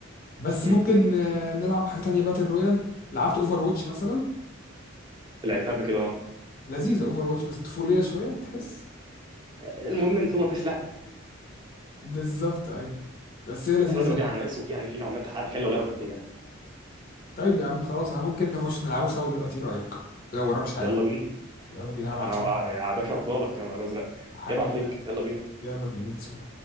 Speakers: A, on the left (about 45°); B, on the right (about 20°).
A: بس
B: م.
A: ممكن آه، نلعب حاجه تانية باتل رويال لعبت اوفر واتش مثلا
B: لعبتها قبل كده اه
A: لذيذه اوفر واتش بس طفوليه شويه تحس
B: المهم ان طول ما في سلاح
A: بالظبط ايوه بس هي لذيذه
B: بنضرب
A: يعني
B: بيه على الناس وفي يعني في نوع ما تحدي كان لو لعبه كانت ايه يعني
A: طيب يا عم خلاص انا ممكن نخش نلعبه سوا دلوقتي ايه رايك لو وراكش حاجه
B: يلا بينا
A: يلا بينا هبعت
B: انا
A: لك حاجه
B: يا باشا افضلك يا نهار ازرق
A: حبيب
B: ابعت لينك
A: قلبي
B: يلا بينا
A: يلا بينا ليتس جو